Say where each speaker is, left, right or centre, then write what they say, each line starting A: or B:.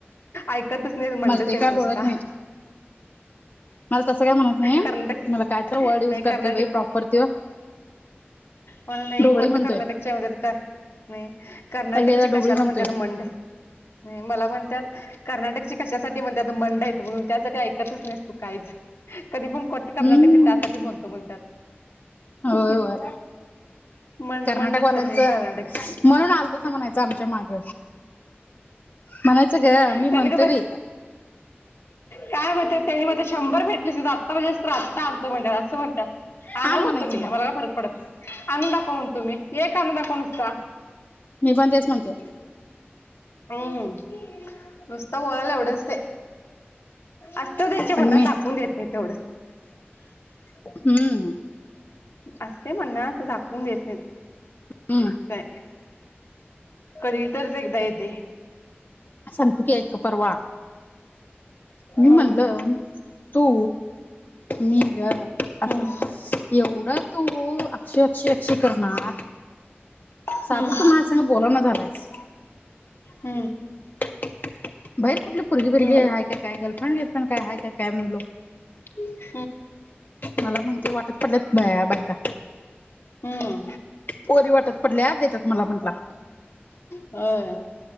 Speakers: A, on the left; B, on the left.
A: ऐकतच नाहीत मंडच
B: मला ते
A: आहेच
B: काय
A: नुसता.
B: बोलत नाही मला तसं काय म्हणत नाही
A: कर्नाटक
B: मला काय तर वर्ड युज
A: नाही
B: करते
A: कर्नाटक
B: बा प्रॉपर त्यो
A: मला नाही
B: ढोबळी
A: कोट
B: म्हणतोय
A: कर्नाट चममध्येत का. नाही कर्नाटकची
B: एकेकदा ढोबळी
A: कशाला
B: म्हणतोय
A: म्हणते आता मंड आहे. नाही मला म्हणत कर्नाटकची कशासाठी म्हणत आ मंड आहेत म्हणून त्यासाठी ऐक कतच नाहीस तू कायीच, कधी पण कोट कर्नाटक
B: हम्म
A: त्यासाठी म्हणतो म्हणतात
B: होय
A: हं.
B: होय
A: मंड
B: कर्नाटकवाल्यांचं
A: मंड असत्यात मग कर्नाटकची.
B: म्हणून आलतासा म्हणायचं आमच्या माग म्हणायचं ग मी म्हणतोय
A: त्यानेक ब.
B: बाई
A: काय म्हणतात त्यांनी म शंभर भेटले आत्ता म्हणजे असत आत्ता आणतो म्हणज असं म्हणतात. आणा
B: आण
A: म्हणतो
B: म्हणायचं
A: मी.
B: मग.
A: मला काय फरक पडत नाही. म्हणून दाखवा म्हणतो मी एक आणून दाखवा नुसता.
B: मी पण तेच म्हणतोय.
A: हम्म नुसत बोलायला एवढंच ते. असत त्यांच्या
B: पण
A: म्हणना
B: मी
A: दाखवून देत नाही तेवढं.
B: हम्म.
A: असते म्हणना तर दाखवून देत नाही.
B: हम्म.
A: काय? कधी तरच एकदा येतंय.
B: सांगते की ऐक परवा. मी
A: हं,
B: म्हणलं तू मी ग. असं
A: हं,
B: एवढं तू अक्षय अक्षय अक्षय करणार.
A: हं,
B: साध तू माझ सांग बोलणा झालायस.
A: हं,
B: बाहेर कुठली पर्गी बिरगी
A: हं,
B: आहे काय काय गर्ल फोन घेतपण काय हाय काय काय म्हणलो.
A: <unintelligible>
B: मला म्हणते वाटत पडल्यात <unintelligible> बायका.
A: हं.
B: पोरी वाटत पडल्यात, देतात मला म्हंटला.
A: होय